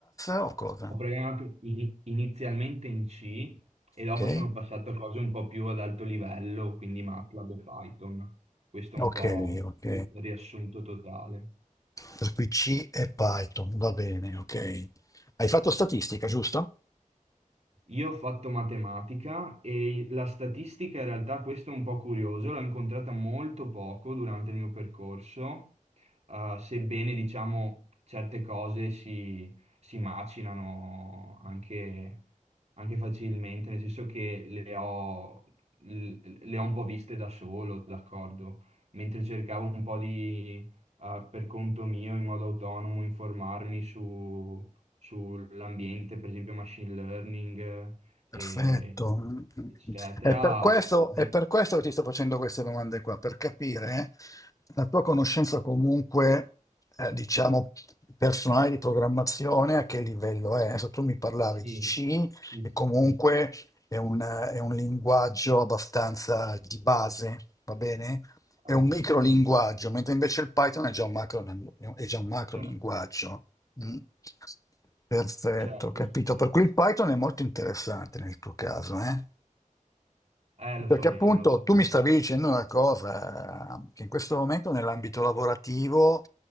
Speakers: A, on the left; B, on the right.
A: o cosa?
B: Ho programmato ini- inizialmente in C e dopo
A: Ok?
B: sono passato a cose un po' più ad alto livello, quindi MATLAB e Python. Questo è
A: Ok,
B: un po'
A: ok.
B: il riassunto totale.
A: Per cui C e Python, va bene, ok. Hai fatto statistica, giusto?
B: Io ho fatto matematica e la statistica in realtà, questo è un po' curioso, l'ho incontrata molto poco durante il mio percorso, eh, sebbene diciamo certe cose si, si macinano anche, anche facilmente, nel senso che le ho, l- le ho un po' viste da solo, d'accordo, mentre cercavo un po' di, eh, per conto mio, in modo autonomo, informarmi su sull'ambiente, per esempio machine learning, eh,
A: Perfetto.
B: eccetera.
A: È per questo,
B: Di-
A: è per questo che ti sto facendo queste domande qua, per capire eh, la tua conoscenza comunque, eh, diciamo, personale di programmazione, a che livello è. Adesso tu mi parlavi
B: sì,
A: di C,
B: sì,
A: e
B: sì,
A: comunque
B: sì,
A: è un, è un linguaggio abbastanza di base, va bene?
B: chiaro,
A: è un micro
B: sì,
A: linguaggio, mentre invece il Python è già un macro, è già un macro
B: certo,
A: linguaggio. Mm. Perfetto,
B: certo,
A: capito.
B: sì, sì.
A: Per cui il Python è molto interessante nel tuo caso, eh?
B: Eh, lo
A: Perché
B: so bene,
A: appunto
B: lo so bene.
A: tu mi stavi dicendo una cosa, eh, che in questo momento nell'ambito lavorativo